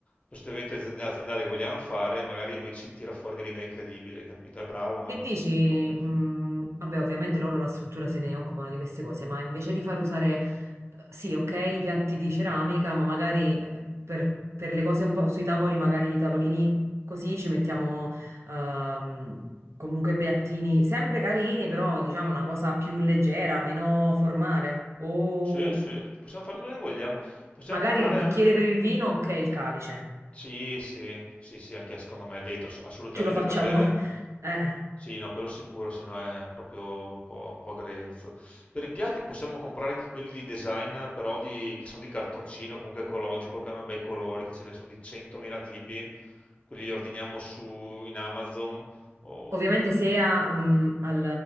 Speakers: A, on the left; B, on the right.
A: per sto evento azienda- aziendale che vogliamo fare e magari lui ci tira fuori delle idee incredibili, capito? È bravo Marco,
B: Che dici?
A: per queste cose.
B: mm, vabbè, ovviamente loro la struttura se ne occupano di queste cose, ma invece di far usare, eh, sì, ok, i piatti di ceramica, ma magari eh, per, per le cose un po' sui tavoli, magari i tavolini così ci mettiamo ehm, comunque piattini sempre carini, però diciamo una cosa più leggera, meno formale. O
A: Sì, sì, possiamo fare quello che vogliamo, possiamo
B: magari
A: comprare
B: il bicchiere
A: anche...
B: per il vino, ok, il calice.
A: Sì, sì, sì, sì, anche secondo me è vetro, ass- assolutamente
B: Ce lo facciamo.
A: per bere...
B: <laughs> Eh.
A: Sì, no, quello sicuro, se no è proprio un po', un po' grezzo. Per i piatti possiamo comprare anche quelli di design, però di- che sono di cartoncino, comunque ecologico, che hanno bei colori, che ce ne sono di 100.000 tipi. Quelli li ordiniamo su, in Amazon, o-
B: Ovviamente se a- mm, al